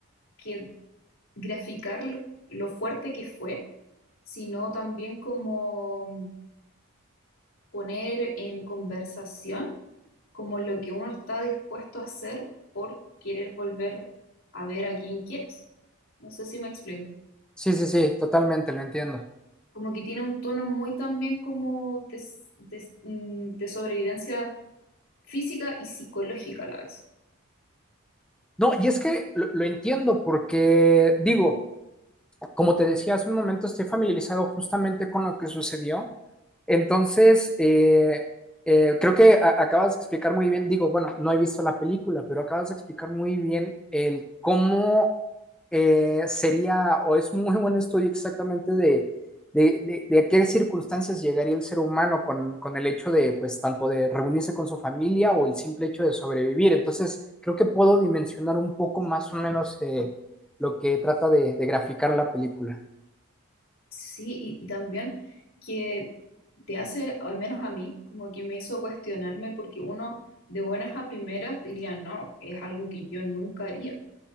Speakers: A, on the left (about 65°); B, in the centre.
A: que graficar lo fuerte que fue, sino también como poner en conversación como lo que uno está dispuesto a hacer por querer volver a ver a quien quieres. No sé si me explico.
B: Sí, sí, sí, totalmente, lo entiendo.
A: Como que tiene un tono muy también como de, de- mm, de sobrevivencia física y psicológica a la vez.
B: No, y es que lo, lo entiendo porque, digo, Como te decía hace un momento, estoy familiarizado justamente con lo que sucedió. Entonces, eh, eh, creo que a- acabas de explicar muy bien, digo, bueno, no he visto la película, pero acabas de explicar muy bien el cómo eh, sería, o es muy <laughs> buen estudio exactamente de, de, de- de a qué circunstancias llegaría el ser humano con, con el hecho de, pues, tanto de reunirse con su familia o el simple hecho de sobrevivir. Entonces, creo que puedo dimensionar un poco más o menos eh, lo que trata de de graficar la película.
A: Sí, y, y también que te hace, al menos a mí, como que me hizo cuestionarme porque uno de buenas a primeras diría, no, es algo que yo nunca haría,